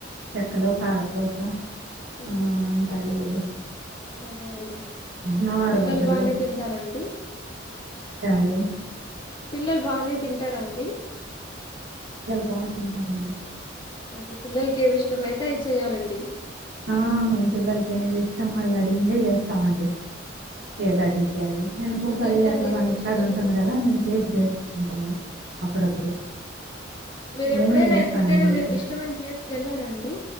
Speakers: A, on the right (about 80°); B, on the left (about 25°).
A: చెక్కలో
B: ఉమ్,
A: కారపుసలు
B: ఉమ్,
A: ఆ ఉంటాయి
B: అదే అండి
A: నవారు
B: పిల్లలు
A: బద్దలు
B: బాగానే తింటారాండి
A: హలో
B: పిల్లలు బానే తింటారాండి
A: పా తింటారండీ
B: అదే పిల్లలకి ఏమి ఇష్టంమయితే అవి చెయాలండి
A: ఆ మేం పిల్లలకి ఏది ఇష్టం వాళ్ళు అడిగిందే చేస్తామండి ఏది అడిగి అ వెనపూస
B: ఇంకేంటండి
A: అది అట్లా మా ఇంటికాడ
B: విశేషాలు
A: ఉంటుంది కదా కేక్ చేస్తుంటాము అప్పుడప్పుడు
B: మీరు
A: మేమే
B: ఎప్పుడైనా
A: చేస్తామండి
B: ఎక్కడికైనా
A: ఇంట్లో
B: మీకు ఇష్టమైన ప్లేస్కి వెళ్ళారా అండి